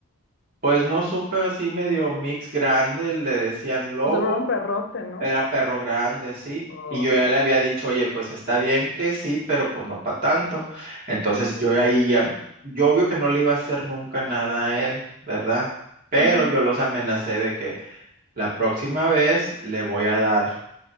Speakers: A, on the right; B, on the left.
A: pues no supe así medio mix grande, le decían lobo
B: O sea, era un perrote, ¿no?
A: Era perro grande, sí.
B: Ay.
A: Y yo ya le había dicho, oye, pues está bien que sí, pero pues no para tanto. Entonces
B: Ujú.
A: yo ahí ya, yo obvio que no le iba a hacer nunca nada a él, ¿verdad? Pero
B: Ujú,
A: yo los amenacé de que la próxima vez le voy a dar